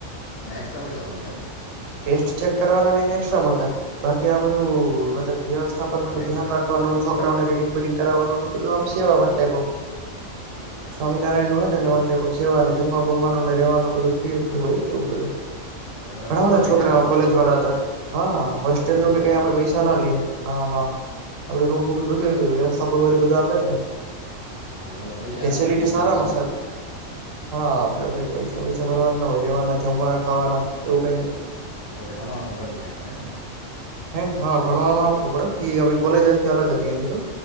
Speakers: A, on the left; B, on the right.
A: એના એક્સ્ટ્રા પૈસા મળતા એમ
B: ટેસ્ટ ચેક કરવાના ને ને એસ્ટ્રા મળતા બાકી આ બધું અભ્યાસ સ્થાપક
A: રેક્ટર
B: ધ્યાન રાખવાનું છોકરાઓને રીડિંગ બિડિંગ કરવાનું બ આમ સેવાન ટપ ઓફ
A: અચ્છા
B: સ્વામિનારાયણ
A: હા
B: નું હો ને એટલે વન ટાઈપ ઓફ
A: હા
B: સેવાને
A: હા એ
B: જમવા જમવાનું ને રવાનું રહેવાનું બધું ફ્રી હતું હોય એવું બધું
A: અચ્છા મતલબ
B: ઘણા બધા
A: પૈસા
B: છોકરા
A: ના
B: કોલેજ વાળા હતા હા હોસ્ટેલ નું
A: પૈસા
B: કે કઈ
A: ના
B: આપડે
A: ભરવા
B: પૈસા
A: પડે
B: ના લઈએ. હા હા આપડે રૂમું
A: હા
B: બધું વ્યવસ્થા એલું બધું આપે જ ને
A: હા પૈસા
B: ફેસિલિટી
A: ના લેય ને તમને
B: સારામાં
A: ભણાવે
B: સારી
A: એમ
B: હા આપડે કઈ પૈસા પૈસા ભરવાના ના હોય રેવાના જમવાના ખાવાના એવું કઈ નઈ
A: પોતે ભણવાનું ખરું ત્યાં ખાલી એમને
B: હે હા ભણવાનું આપવું પડે ફી કોલેજ કે અલગ હતી એની તો